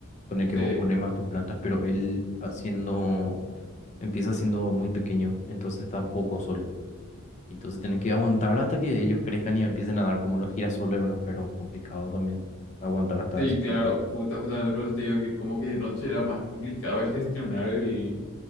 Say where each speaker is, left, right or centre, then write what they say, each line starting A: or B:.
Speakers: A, on the left; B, on the left.
A: con el
B: Sí,
A: que vos pones más tus plantas, pero él haciendo, empieza siendo muy pequeño, entonces da poco sol. Entonces tenés que aguantar hasta que ellos crezcan y empiecen a dar como los girasoles, ¿verdad? Pero complicado también aguantar hasta
B: sí,
A: ese punto.
B: claro. justo- justamente por eso te digo que como que de noche era más complicado el gestionar el